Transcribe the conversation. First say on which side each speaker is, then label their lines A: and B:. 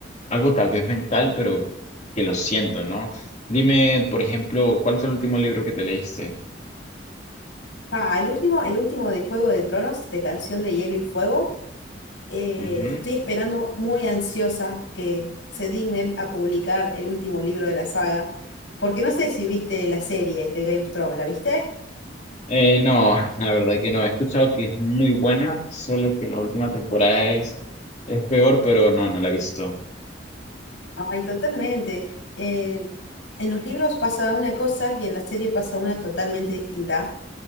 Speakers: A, on the left; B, on the left.
A: algo tal vez mental, pero que lo siento, ¿no? Dime, por ejemplo, ¿cuál fue el último libro que te leíste?
B: Ah, el último, el último de Juego de Tronos, de Canción de Hielo y Fuego. eh,
A: Ujú.
B: estoy esperando muy ansiosa que se dignen a publicar el último libro de la saga, porque no sé si viste la serie de Game of Thrones, ¿la viste?
A: Eh, no, <laughs> la verdad que no. He escuchado que es muy buena, solo que la última temporada es, es peor, pero no, no la he visto.
B: Ay, totalmente. En en los libros pasa una cosa y en la serie pasa una totalmente distinta.